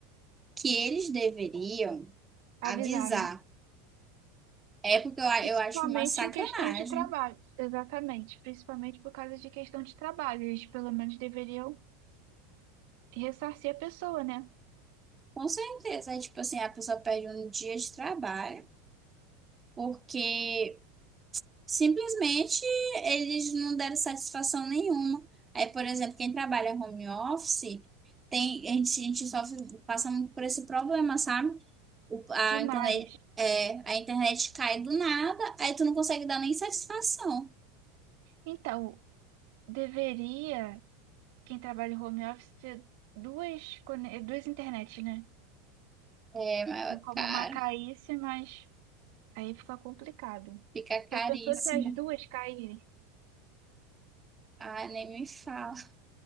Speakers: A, on the right; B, on the right.
A: que eles deveriam
B: Avisar,
A: avisar.
B: né?
A: É porque eu, a-
B: Principalmente
A: eu acho uma sacanagem.
B: em questão de trabalho. Exatamente. Principalmente por causa de questão de trabalho. Eles pelo menos deveriam ressarcir a pessoa, né?
A: Com certeza, aí, tipo assim, a pessoa perde um dia de trabalho porque simplesmente eles não deram satisfação nenhuma. Aí, por exemplo, quem trabalha home office, tem, a gente, a gente sofre, passa muito por esse problema, sabe? O- a
B: Demais.
A: internet, é, a internet cai do nada, aí tu não consegue dar nem satisfação.
B: Então, deveria, quem trabalha em home office, ter duas, cone- duas internets, né?
A: É, mas
B: Porque
A: é
B: Como
A: caro,
B: uma caísse, mas. Aí fica complicado.
A: fica caríssimo.
B: Já pensou se as duas caírem?
A: Ai, nem me fala.